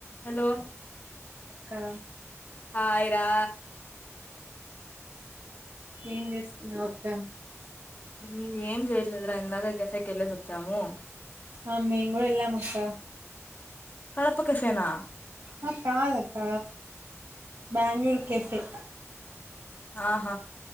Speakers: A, on the left; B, on the right.
A: Hello
B: కా
A: hi రా
B: ఏం చేస్తున్నావ్ అక్క
A: ఏం ఏం చేయట్లేదు రా ఇందాకే కేఫైకి వెళ్ళేసి వచ్చాము
B: ఆ మేము కూడా వెళ్ళాం అక్క
A: కడప కెఫేనా
B: ఆ కాదక్క బెంగళూరు కెఫే
A: ఆహా